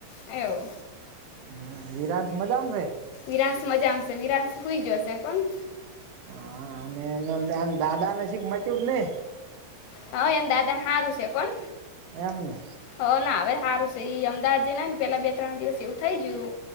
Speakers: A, on the left; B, on the right.
A: એ
B: હ વરાસ મજામ છે.
A: વિરાંશ મજામાંશે વિરાશ હોઈ જશે પણ
B: હા અને એ એમ દાદા ન શીખ મચ્યું કે નઈ
A: હ એ જન હારું છે, કોન
B: એમને
A: હ ના હવે સારું છે એઈ અમદાવાદ જઈ ને ને પેલા બે ત્રણ દિવસ એવું થઈ ગયુ.